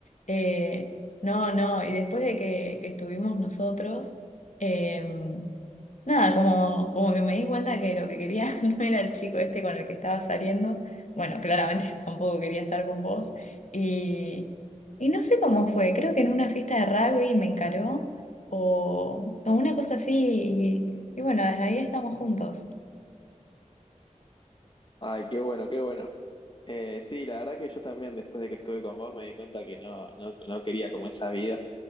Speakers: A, on the left; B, on the left.
A: eh, no, no. Y después de que, que estuvimos nosotros, em, Nada, como, como que me di cuenta que lo que quería <laughs> no era el chico este con el que estaba saliendo. Bueno, claramente <laughs> tampoco quería estar con vos. Y, y no sé cómo fue, creo que en una fiesta de rugby me encaró o, o una cosa así. Y, y bueno, desde ahí estamos juntos.
B: Ay, qué bueno, qué bueno. Eh, sí, la verdad que yo también después de que estuve con vos me di cuenta que no, no, no quería como esa vida.